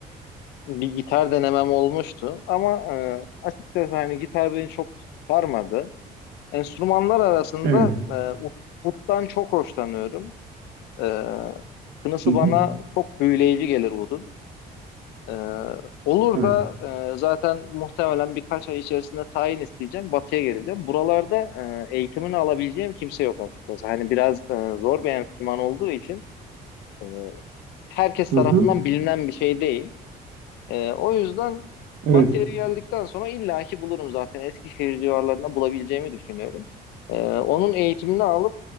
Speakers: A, on the left; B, on the right.
A: bir gitar denemem olmuştu. Ama e, açıkçası hani gitar beni çok sarmadı. Enstrümanlar arasında
B: Evet.
A: e, ut- uttan çok hoşlanıyorum. Ee, Kınısı
B: Hı
A: bana
B: hı.
A: çok büyüleyici gelir Wood'un. Ee, olur
B: Evet.
A: da e, zaten muhtemelen birkaç ay içerisinde tayin isteyeceğim. Batı'ya geleceğim. Buralarda e, eğitimini alabileceğim kimse yok açıkçası. Hani biraz e, zor bir enstrüman olduğu için e, herkes
B: Hı
A: tarafından
B: hı.
A: bilinen bir şey değil. Ee, o yüzden
B: Evet.
A: Batı'ya geldikten sonra illaki bulurum zaten. Eskişehir civarlarında bulabileceğimi düşünüyorum. Ee, onun eğitimini alıp